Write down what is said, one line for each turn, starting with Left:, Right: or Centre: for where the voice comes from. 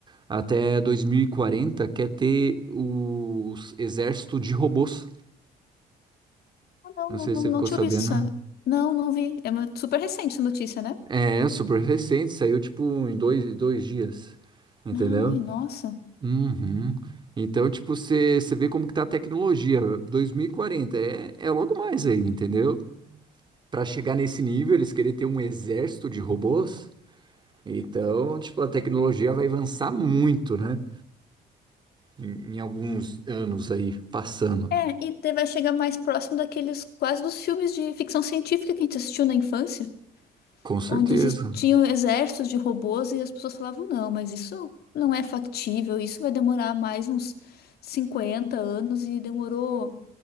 Right: até 2040 quer ter o exército de robôs.
Left: Ah, Não,
Right: Não
Left: não,
Right: sei
Left: não,
Right: se você
Left: não
Right: ficou
Left: te
Right: sabendo.
Left: ouvi isso. Não, não vi. É uma- super recente essa notícia, né?
Right: É, é super recente, saiu tipo em dois, dois dias, entendeu?
Left: Ai, nossa.
Right: Uhum. Então, tipo, você você vê como que tá a tecnologia. 2040 é, é logo mais aí, entendeu? Pra chegar nesse nível, eles querem ter um exército de robôs. Então, tipo, a tecnologia vai avançar muito, né? Em, em alguns anos aí, passando.
Left: É, e te- vai chegar mais próximo daqueles quase dos filmes de ficção científica que a gente assistiu na infância.
Right: Com certeza.
Left: onde existiam exércitos de robôs e as pessoas falavam, não, mas isso não é factível, isso vai demorar mais uns 50 anos e demorou